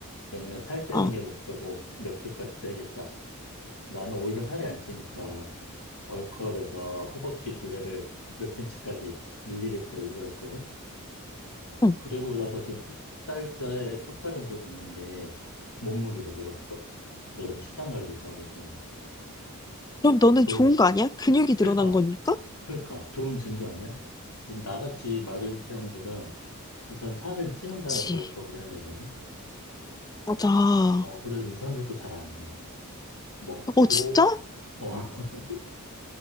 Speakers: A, on the left; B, on the left.
A: 걔는 살 빼는
B: 어.
A: 게 목표고, 몇 킬까지 빼겠다. 나는 오히려 살이 안 찌니까, 벌크업에서 허벅지 둘레를 몇 센치까지 늘리겠다 이거였거든?
B: 응.
A: 그러고 나서 지금 석 달째, 석 달 정도 됐는데, 몸무게가 늘었어. 내가 요새 식단 관리도 하거든.
B: 그럼 너는
A: 좋,
B: 좋은 거 아니야? 근육이
A: 그니까,
B: 늘어난 거니까?
A: 그니까, 좋은 징조 아니야? 지금 나같이 마른 체형들은 우선 살을 찌운 다음에
B: 그치.
A: 벌크업을 해야 되거든?
B: 맞아. 어,
A: 어, 그래서 유산소도 잘 안 해. 먹고,
B: 진짜?
A: 어, <laughs>